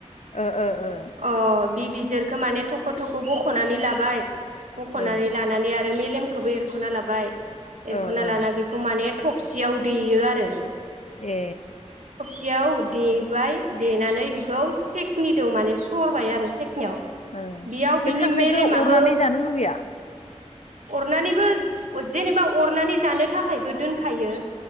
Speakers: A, on the left; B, on the right.
A: ओ ओ ओ
B: अ बि बिज जिरखौ माने थख थख बखनानै लाबाय। बखनानै
A: औ
B: लानानै आरो मेलम खोबो एरख एरखना लाबाय एरखना
A: ओ ओ
B: लाना बेखौ माने थफसियाव देयो आरो
A: ए
B: सियाव देबाय देनानै बिखौ सेकनि दो माने सरबाय आरो सेक ख्नियाव
A: ओ
B: बेयाव
A: बे
B: बिनि
A: खांख्राइखौ
B: मेलेमाबो
A: अरनानै जानो लुगैया
B: अरनानैबो ओ जेनेबा अरनानै जानो थाखायबो दोनखायो।